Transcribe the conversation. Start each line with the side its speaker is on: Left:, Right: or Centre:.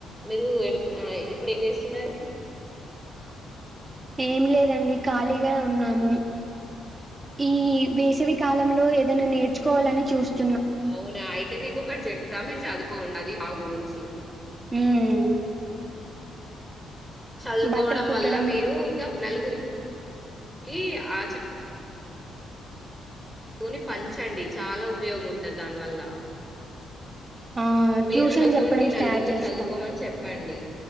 Centre: మీరు ఇప్పుడు ఏం చేస్తున్నారు
Right: ఏమి లేదండి ఖాళీగా ఉన్నాము ఈ వేసవి కాలంలో ఏదైనా నేర్చుకోవాలని చూస్త
Centre: అవునా అయితే మీకుొ కటి చెప్ త మీరు చదువుకోండి బా గురించి
Right: మ్మ్
Centre: చదువుకోవడం
Right: బట్టలు కుట్టడం
Centre: వల్ల మీరు ఇంకా నలుగురికి కి ఆ లోని పంచండి చాలా ఉపయోగం ఉంటది దాని వల్ల
Right: ఆ
Centre: మీరు
Right: ట్యూషన్
Centre: చదుకోండి
Right: చెప్పడం
Centre: నలుగురిని
Right: స్టార్ట్ చేస్తా
Centre: చదువుకోమని చెప్పండి